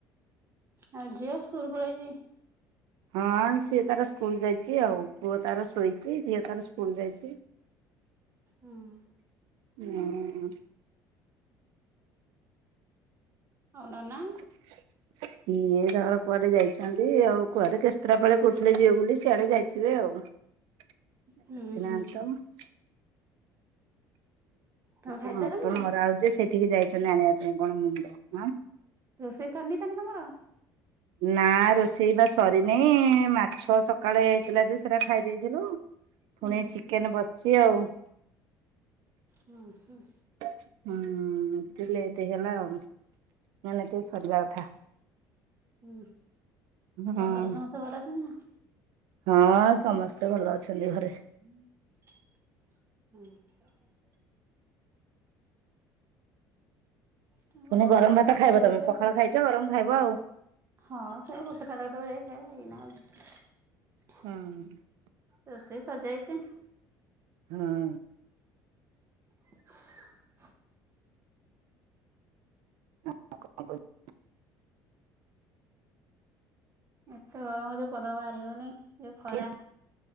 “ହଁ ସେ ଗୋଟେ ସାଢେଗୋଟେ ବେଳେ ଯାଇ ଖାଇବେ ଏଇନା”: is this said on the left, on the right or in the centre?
Right